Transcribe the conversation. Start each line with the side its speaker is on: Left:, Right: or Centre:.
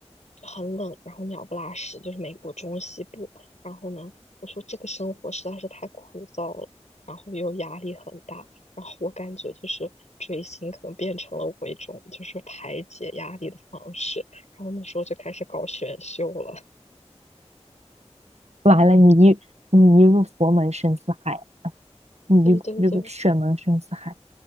Left: 很冷，然后鸟不拉屎，就是美国中西部。然后呢，我说这个生活实在是太枯燥了，然后又压力很大，然后我感觉就是追星可能变成了我一种就是排解压力的方式。然后那时候就开始搞选秀了。
Right: 完了，你一你一入佛门深似海，
Left: <laughs>
Right: 你一入这个选门深似海，
Left: 对对对，